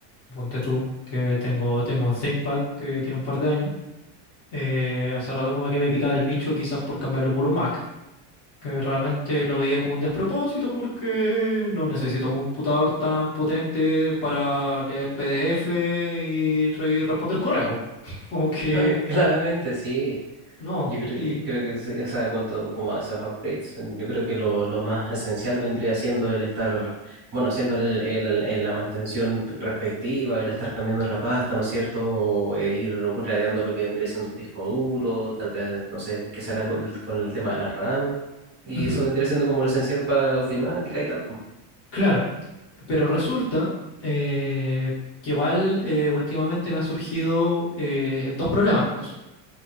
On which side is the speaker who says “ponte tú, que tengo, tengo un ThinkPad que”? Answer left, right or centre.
Left